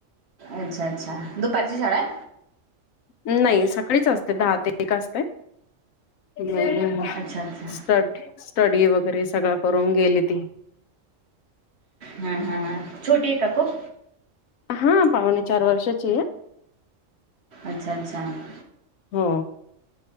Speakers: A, on the right; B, on the left.
A: अच्छा अच्छा दुपारची शाळा आहे.
B: अ नाही सगळीच असते दहा ते एक असतय. <inaudible>
A: अच्छा अच्छा
B: स्ट स्टडी वगैरे सगळ करून गेली ती!
A: हा हा! !.. छोटी आहे का खूप?
B: हायाआ!.. पाहणे चार वर्षाची आहे.
A: अच्छा! अच्छा! !..
B: हो!